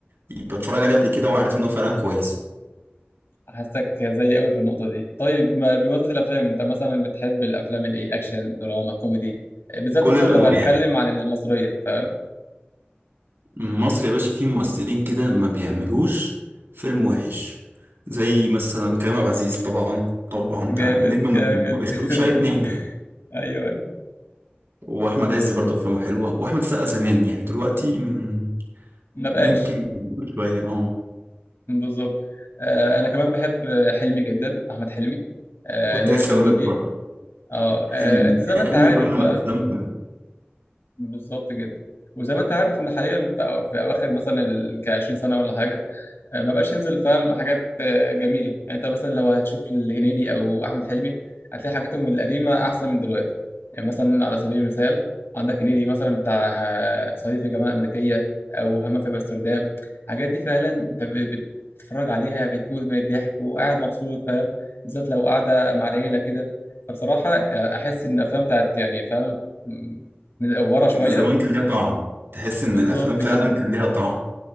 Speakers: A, on the right; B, on the left.
A: يبقى اتفرج عليه قبل كده وعارف ان هو فعلا كويس
B: حاسك زي قوي في النقطه دي طيب ما بمناسبه الافلام انت مثلا بتحب الافلام الايه اكشن دراما كوميدي آه، بالذات
A: كل
B: مثلا
A: الانواع
B: لو هنتكلم عن المصريه فاهم
A: مصر يا باشا فيه ممثلين كده ما بيعملوش فيلم وحش زي مثلا كريم عبد العزيز طبعا طبعا
B: جامد
A: ده نجم النجوم
B: جامد
A: ما بيختلفش
B: <laughs>
A: عليه اتنين ده
B: ايوه ايوه
A: واحمد عز برضه افلامه حلوه واحمد سقا زمان يعني دلوقتي مم،
B: ما بقاش
A: يمكن شويه اه
B: بالظبط آه انا كمان بحب حلمي جدا احمد حلمي آه
A: كنت
B: ليا
A: لسه
B: في
A: اقول
B: هنيدي
A: لك برضه
B: اه
A: حلمي
B: آه، انت زي ما انت
A: حلمي
B: عارف
A: كل ما
B: بقى
A: افلامه حلوه
B: بالظبط جدا وزي ما انت عارف ان حاليا في, أو- في اواخر مثلا ال 20 سنه ولا حاجه ما بقاش ينزل فاهم حاجات آه، جميله يعني انت مثلا لو هتشوف الهنيدي او احمد حلمي هتلاقي حاجاتهم القديمه احسن من دلوقتي يعني مثلا على سبيل المثال عندك هنيدي مثلا بتاع آه، صعيدي في الجامعه الامريكيه او همام في امستردام الحاجات دي فعلا انت ب- بتتفرج عليها بتموت من الضحك وقاعد مبسوط فاهم بالذات لو قاعده مع العيله كده فبصراحه آه، احس ان الافلام بتاعت يعني فاهم م- من ورا شويه
A: زمان كان ليها طعم تحس ان
B: بالظبط
A: الافلام فعلا
B: جدا
A: كان ليها طعم